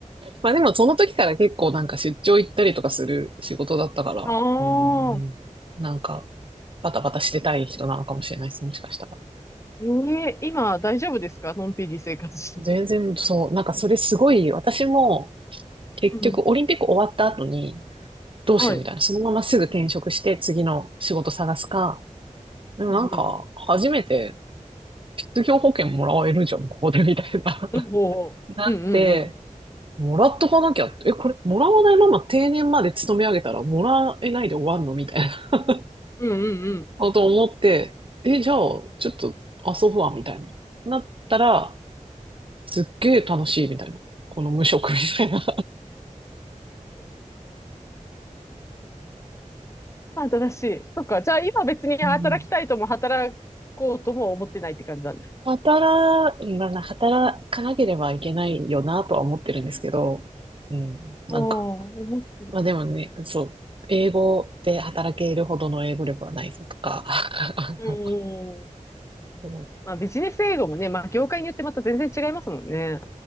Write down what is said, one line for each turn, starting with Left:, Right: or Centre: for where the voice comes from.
Right: まあでもその時から結構なんか出張行ったりとかする仕事だったから、
Left: あ
Right: うん、
Left: あ、
Right: なんかバタバタしてたい人なのかもしれないです、もしかしたら。
Left: ええ今大丈夫ですかのんびり生活してて。
Right: 全然そう、なんかそれすごい、私も結局オリンピック終わった後に
Left: うん。
Right: どうしようみたいな、
Left: はい。うん
Right: そのまますぐ転職して次の仕事探すか、でもなんか、
Left: うん。うん、
Right: 初めて失業保険もらえるじゃん、ここでみたいな。
Left: うんほう。
Right: <laughs> なって、
Left: うんうんうん。
Right: もらっとかなきゃって、え、これ、もらわないまま定年まで勤め上げたらもらえないで終わんのみたいな
Left: うんうん
Right: こと思って、え、じゃあ、ちょっと遊ぶわ、みたいな。なったら、すっげえ楽しい、みたいな。この無職みたいな。
Left: うん。新しい。そっか。じゃあ今別に働きたいとも働こうとも思ってないって感じなんですか
Right: うん働、まあな、働かなければいけないよなとは思ってるんですけど、うん、なんか
Left: ああ思ってるね。
Right: まあでもね、そう。英語で働けるほどの英語力はないぞとか。<laughs>
Left: うん。
Right: そう
Left: まあ、ビジネス英語もね、まあ、業界によってまた全然違いますもんね。